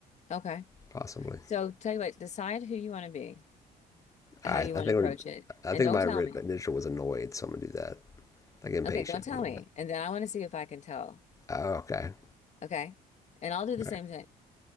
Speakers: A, on the left; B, on the left.
A: Okay.
B: possibly.
A: So tell you what, decide who you want to be, how
B: I
A: you
B: I think
A: want to
B: it
A: approach
B: would,
A: it,
B: I
A: and
B: think
A: don't
B: my
A: tell
B: initial
A: me.
B: was annoyed, so I'm gonna do that. like impatient
A: Okay, don't tell
B: a little
A: me,
B: bit.
A: and then I want to see if I can tell.
B: Oh, okay.
A: Okay, and I'll do the
B: All
A: same
B: right.
A: thing.